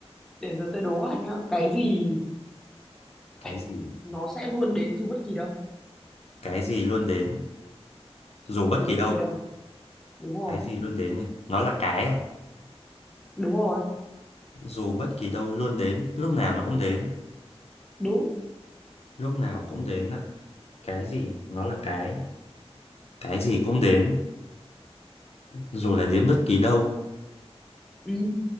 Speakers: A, in the centre; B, on the left.
A: để giờ tôi đố bạn nhá. Cái gì
B: cái
A: ấy,
B: gì
A: nó sẽ luôn đến dù bất kỳ đâu.
B: cái gì luôn đến dù bất
A: Dù
B: kỳ
A: bất
B: đâu
A: kỳ đâu. Đúng rồi.
B: cái gì luôn đến này nó là cái à
A: Đúng rồi.
B: dù bất kỳ đâu luôn đến lúc nào nó cũng đến
A: Đúng.
B: lúc nào cũng đến à cái gì nó là cái cái gì cũng đến dù là đến bất kỳ đâu
A: Ừ.